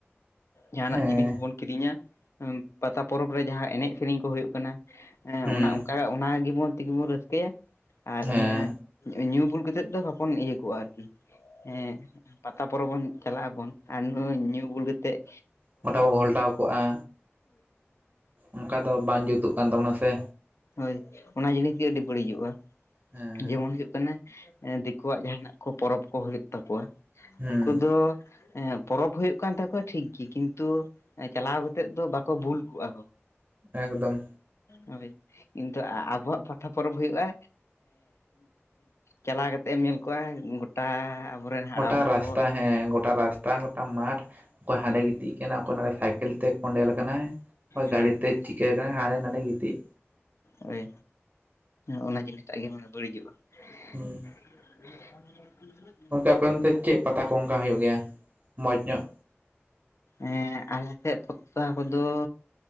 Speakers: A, on the left; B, on the right.
A: ᱡᱟᱦᱟᱱᱟᱜ
B: ᱦᱮᱸ
A: ᱡᱤᱱᱤᱥ ᱵᱚᱱ ᱠᱤᱨᱤᱧᱟ ᱯᱟᱛᱟ ᱯᱚᱨᱚᱵᱽ ᱨᱮ ᱡᱟᱦᱟᱸ ᱮᱱᱮᱡ ᱥᱮᱨᱮᱧ ᱠᱚ ᱦᱩᱭᱩᱜ ᱠᱟᱱᱟ ᱚᱱᱟ
B: ᱦᱮᱸ
A: ᱚᱱᱠᱟ ᱚᱱᱟ ᱜᱮᱵᱚᱱ ᱛᱮᱜᱮ ᱵᱚᱱ ᱨᱟᱹᱥᱠᱟᱹᱭᱟ᱾ ᱟᱨ
B: ᱦᱮᱸ
A: ᱚᱱᱮ ᱧᱩ ᱵᱩᱞ ᱠᱟᱛᱮᱜ ᱫᱚ ᱵᱚᱵᱚᱱ ᱤᱭᱟᱹ ᱠᱚᱜᱼᱟ ᱟᱨᱠᱤ᱾ ᱦᱮᱸ ᱯᱟᱛᱟ ᱯᱚᱨᱚᱵᱽ ᱵᱚᱱ ᱪᱟᱞᱟᱜ ᱟᱵᱚᱱ ᱟᱨ ᱱᱩ ᱧᱩ ᱟᱹᱵᱩᱞ ᱠᱟᱛᱮᱫ
B: ᱜᱚᱴᱟ ᱵᱚ ᱜᱷᱚᱞᱴᱟᱣ ᱠᱚᱜᱼᱟ᱾ ᱚᱱᱠᱟ ᱫᱚ ᱵᱟᱝ ᱡᱩᱛᱩᱜ ᱠᱟᱱ ᱛᱟᱵᱚᱱᱟ ᱥᱮ,
A: ᱦᱳᱭ ᱚᱱᱟ ᱡᱤᱱᱤᱥ ᱜᱮ ᱟᱹᱰᱤ ᱵᱟᱹᱲᱤᱡᱚᱜᱼᱟ᱾
B: ᱦᱮᱸ
A: ᱡᱮᱢᱚᱱ ᱦᱩᱭᱩᱜ ᱠᱟᱱᱟ ᱫᱤᱠᱩᱣᱟᱜ ᱡᱟᱦᱟᱸᱱᱟᱜ ᱠᱚ ᱯᱚᱨᱚᱵᱽ ᱠᱚ ᱦᱩᱭᱩᱜ ᱛᱟᱠᱚᱣᱟ
B: ᱦᱮᱸ
A: ᱩᱱᱠᱩ ᱫᱚ ᱯᱚᱨᱚᱵᱽ ᱦᱩᱭᱩᱜ ᱠᱟᱱ ᱛᱟᱠᱚᱣᱟ ᱴᱷᱤᱠᱜᱮ ᱠᱤᱱᱛᱩ ᱪᱟᱞᱟᱣ ᱠᱟᱛᱮᱜ ᱫᱚ ᱵᱟᱠᱚ ᱵᱷᱩᱞ ᱠᱚᱜᱼᱟ ᱠᱚ᱾
B: ᱮᱠᱫᱚᱢ
A: ᱦᱳᱭ ᱠᱤᱱᱛᱩ ᱟᱵᱚᱣᱟᱜ ᱯᱟᱛᱟ ᱯᱚᱨᱚᱵᱽ ᱦᱩᱭᱩᱜᱼᱟ, ᱪᱟᱞᱟᱣ ᱠᱟᱛᱮᱫ ᱮᱢ ᱧᱮᱞ ᱠᱚᱣᱟ ᱜᱚᱴᱟ ᱟᱵᱚᱨᱮᱱ ᱦᱟᱲᱟᱢ
B: ᱜᱚᱴᱟ ᱨᱟᱥᱛᱟ
A: ᱠᱚ
B: ᱦᱮᱸ ᱜᱚᱴᱟ ᱨᱟᱥᱛᱟ ᱜᱚᱴᱟ ᱢᱟᱴ ᱚᱠᱚᱭ ᱦᱟᱸᱰᱮ
A: ᱦᱳᱭ
B: ᱜᱤᱛᱤᱡ ᱟᱠᱟᱱᱟ ᱚᱠᱚᱭᱰᱮ ᱥᱟᱭᱠᱮᱞ ᱛᱮ ᱠᱚᱸᱰᱮᱞ ᱠᱟᱱᱟᱭ᱾
A: ᱦᱳᱭ
B: ᱜᱟᱹᱲᱤ ᱛᱮ
A: ᱦᱳᱭ
B: ᱪᱤᱠᱟᱹ ᱠᱟᱱᱟ ᱦᱟᱱᱰᱮ ᱱᱟᱰᱮ ᱜᱤᱛᱤᱡ᱾
A: ᱦᱳᱭ, ᱚᱱᱟ ᱡᱮ ᱱᱤᱛᱟᱜ ᱜᱮ ᱢᱟᱱᱮ ᱵᱟᱹᱲᱤᱡᱚᱜᱼᱟ᱾
B: ᱦᱮᱸ
A: <unintelligible>
B: ᱚᱱᱠᱟ ᱟᱯᱮ ᱚᱱᱛᱮ ᱪᱮᱫ ᱯᱟᱛᱟ ᱠᱚ ᱚᱱᱠᱟ ᱦᱩᱭᱩᱜ ᱜᱮᱭᱟ ᱢᱚᱸᱡᱽ ᱧᱚᱜ?
A: ᱦᱮᱸ ᱟᱞᱮ ᱥᱮᱫ ᱯᱚᱛᱟ ᱠᱚᱫᱚ